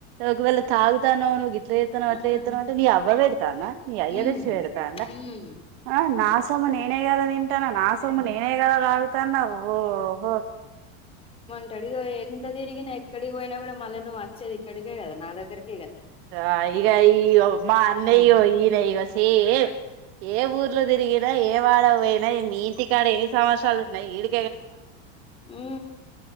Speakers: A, on the right (about 60°); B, on the left (about 15°).
A: ఒకవేళ తాగుతానవవు నువ్వు ఇగ్ట్ల చేతనవు అట్ల
B: ఆ
A: చేతనవు అంటే నీ అవ్వ పెడతా నీ అయ్య
B: హ్మ్
A: థేచి పెడతా
B: హ్మ్
A: అ నా సోమ నేనే గద నిన్ టన నా సొమ్ నేనుగద దాగుతన్న ఓహో
B: ఇక్కడికి ఎంత తిరిగినా ఎక్కడికి పోయినా కూడా మళీ నువ్వు వచ్చేది ఇక్కడికే కద నా దగ్గరికి
A: ఆ ఇగ ఈగో మా అన్న
B: ఆ
A: ఇగో ఈన ఇగ సేమ్ ఏ ఊర్లో తిరిగి గా ఏ వాడ వెయ్ అయో మీ ఇంటికాడ ఎన్ని సంవత్సరాలు ఉన్న ఈడి
B: ఊ